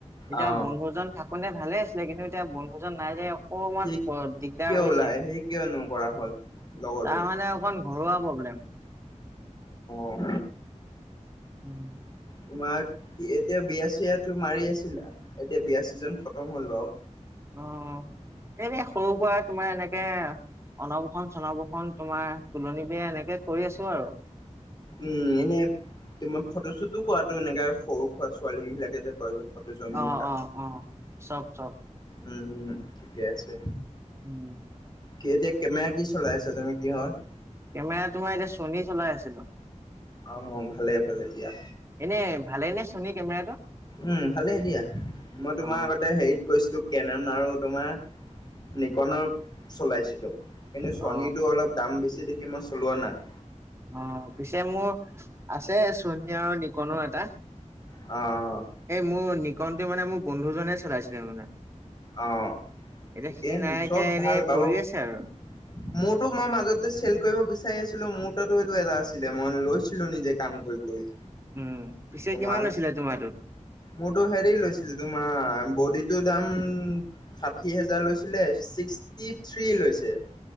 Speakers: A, on the right (about 20°); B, on the left (about 35°).
A: এতিয়া
B: অ
A: বন্ধুজন থাকে। কোনে ভালে আছিলে কিন্তু এতিয়া বন্ধুজন নাই যে অকমান
B: সি
A: দিগদাৰ
B: কিয়
A: হৈছে।
B: ওলাই সি কিয় নকৰা হ'ল লগৰটোৱে
A: তাৰ মানে অকণ ঘৰুৱা প্ৰব্লেম।
B: অ
A: উম <inaudible>
B: তোমাক এতিয়া বিয়াচিয়াটো মাৰি আছিলা, এতিয়া বিয়া ছিজনটো খতম হ'ল বাৰু।
A: অ' এনে সৰু সুৰা তোমাৰ এনেকে অনপসন চনপসন খন তোমাৰ তোলনি বিয়া এনেকে কৰি আছো আৰু।
B: উম, এনে তোমাৰ ফটোশ্বুতটো কৰাটো এনেকা সৰু সুৰা ছোৱালী বিলাকে যে ফটো শ্বুট মেকআপ
A: অ' অ' অ' চব চব।
B: উম, ঠিকে আছে।
A: <inaudible>
B: কি এতিয়া কেমেৰা কি চলাইছা তুমি কিহৰ
A: কেমেৰা তোমাৰ এতিয়া চণী চলাই আছিলো।
B: আহ, ভালে ভালে দিয়া।
A: এনে ভালে নে চনী কেমেৰাটো?
B: উম ভালে দিয়া, মই তোমাৰ
A: অ
B: আগতে হেৰিত কৈছিলো। কেনন আৰু তোমাৰ, নিকনৰ চলাইছিলো, কিন্তু চনীটো
A: অ
B: অলপ দাম বেছি দেখি মই চলোৱা নাই।
A: অ' পিছে মোৰ আছে চনী আৰু নিকনৰ এটা
B: অ'।
A: এই মোৰ নিকনটো মানে মোৰ বন্ধুজনে চলাইছিলে মানে।
B: অ
A: এতিয়া
B: ঠিকে
A: সি নাই
B: চব
A: এতিয়া এনেই
B: ভাল বাৰু
A: পৰি আছে আৰু।
B: <inaudible> মোৰতো মই মাজতে চেল কৰিব বিচাৰি আছিলো মোৰ তাতো এটা আছিলে মই লৈছিলো নিজে কাম কৰি কৰি।
A: উম, পিছে
B: তোমাৰ
A: কিমান লৈছিলে তোমাৰটোত?
B: মোৰতো হেৰি লৈছিলো তোমাৰ বডিটো দাম, ষাঠি হোজাৰ লৈছিলে ছিক্সটি থ্ৰী লৈছে।